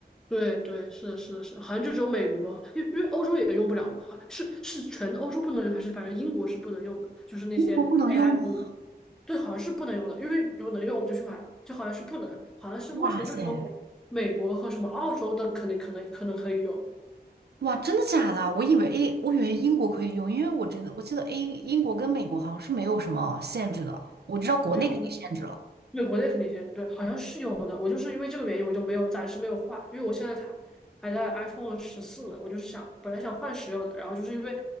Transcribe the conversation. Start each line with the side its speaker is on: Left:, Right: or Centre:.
Centre: 对对，是的，是的，是的好像就只有美国，因为因为欧洲也用不了嘛。好是是全欧洲不能用，还是反正英国是不能用的？就是那些
Right: 英国不能用吗？
Centre: AI 功能。对，好像是不能用的，因为如果能用我就去买了，就好像是不能，好像是目前就只有美美国和什么澳洲的可能可能可能可以用，
Right: 哇塞，哇，真的假的？我以为 A，我以为英国可以用，因为我觉得我记得 A 英国跟美国好像是没有什么限制的。我知道国内肯定限制了。
Centre: 没有，对，国内肯定先用，对，好像是有的。我就是因为这个原因，我就没有暂时没有换，因为我现在才还在 iPhone 十四呢，我就是想本来想换十六的，然后就是因为